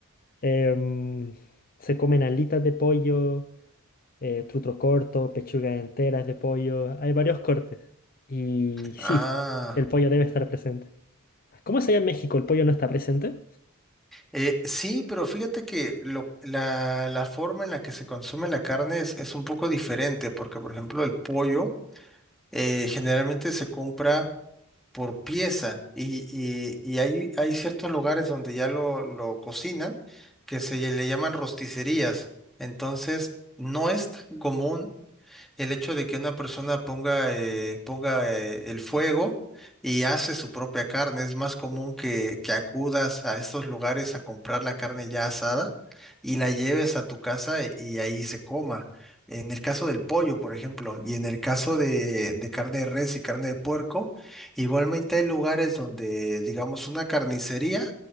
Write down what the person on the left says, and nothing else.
Em, se comen alitas de pollo, eh, trutro corto, pechugas enteras de pollo. Hay varios cortes. Y sí,
el pollo debe estar presente. ¿Cómo es allá en México? ¿El pollo no está presente?